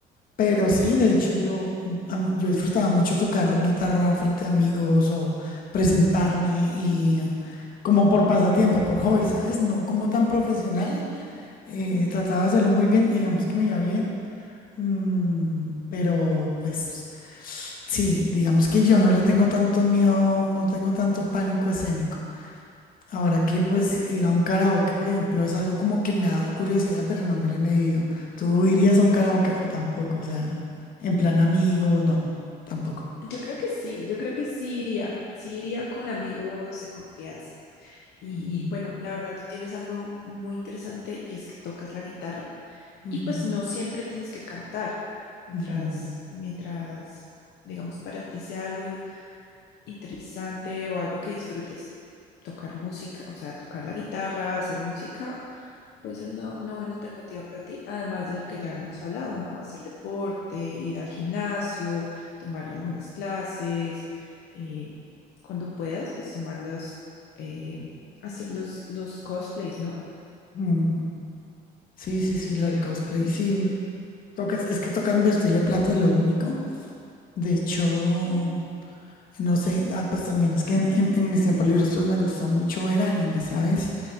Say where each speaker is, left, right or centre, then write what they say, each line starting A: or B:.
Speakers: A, on the left; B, on the left.
A: Pero sí, de hecho yo, a mí- yo disfrutaba mucho tocar guitarra frente a amigos o presentarme y como por pasatiempo, por hobby, ¿sabes? No como tan profesional. eh, trataba de hacerlo muy bien, digamos que me iba bien, mm, pero pues Sí, digamos que yo no le tengo tanto miedo, no tengo tanto pánico escénico. Ahora que pues
B: Ok.
A: ir a un karaoke, por ejemplo, es algo como que me ha dado curiosidad, pero no me le he medido. ¿Tú irías a un karaoke o tampoco? O sea, en plan amigos, no, tampoco.
B: Yo creo que sí, yo creo que sí iría, sí iría con amigos de confianza. Y
A: Ujú,
B: bueno, la verdad tú tienes algo muy interesante y es que tocas la guitarra
A: ujú,
B: y pues no siempre tienes que cantar mientras,
A: ujú,
B: mientras, digamos, para ti sea algo interesante o algo que disfrutes. Tocar música, o sea, tocar la guitarra, hacer música, puede ser una, una buena alternativa para ti, además de lo que ya hemos hablado, ¿no? Hacer deporte, ir al gimnasio, tomar algunas clases, eh, cuando puedas, pues tomar los, eh, hacer los, los cosplays, ¿no?
A: mm. Sí, sí, sí, lo
B: Que,
A: del cosplay, sí.
B: sí.
A: Tocas, es que toca invertirle plata, es lo único. De hecho, No sé, ah, pues también es que en, en- en mis tiempos libres pues me gusta mucho ver anime, ¿sabes?